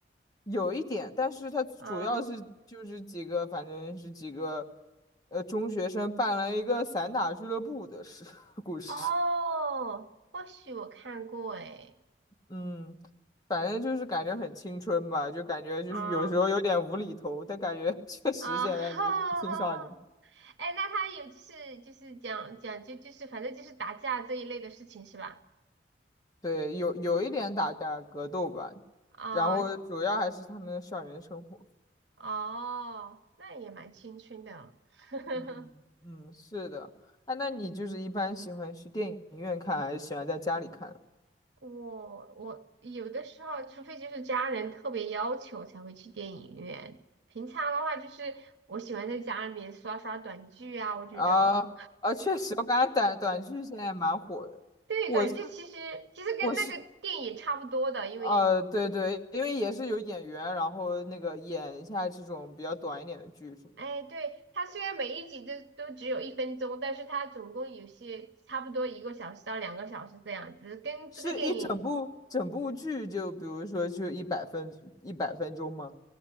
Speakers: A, on the left (about 20°); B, on the right (about 85°).
A: 有一点，但是它主要是就是几个，
B: 啊
A: 反正是几个呃中学生办了一个散打俱乐部的事 <laughs> 故事，
B: 哦，或许我看过诶。
A: 嗯，反正就是感觉很青春吧，就感觉就是有时候有点无厘头，
B: 啊
A: 但感觉 <laughs> 确实现在的青少年。
B: 啊，<laughs> 哎，那它有就是就是讲讲就就是反正就是打架这一类的事情是吧？
A: 对，有有一点打架格斗吧，
B: 啊、
A: 然后主要还是他们的校园生活。
B: 哦，那也蛮青春的啊。<laughs>
A: 嗯嗯嗯，是的。哎，那你就是一般喜欢去电影院看，还是喜欢在家里看？
B: 我我有的时候，除非就是家人特别要求才会去电影院。平常的话，就是我喜欢在家里面刷刷短剧啊。我觉得，
A: 啊啊，确实，我感觉短短剧现在蛮火的。
B: 对，
A: 我是
B: 短剧其实其实跟那个电影差不多的，
A: 我是
B: 因为，
A: 呃，对对，因为也是有演员，然后那个演一下这种比较短一点的剧什么的，
B: 哎，对，它虽然每一集都都只有一分钟，但是它总共有些差不多一个小时到两个小时这样子，跟这个电影。
A: 是一整部整部剧就比如说就一百分一百分钟吗？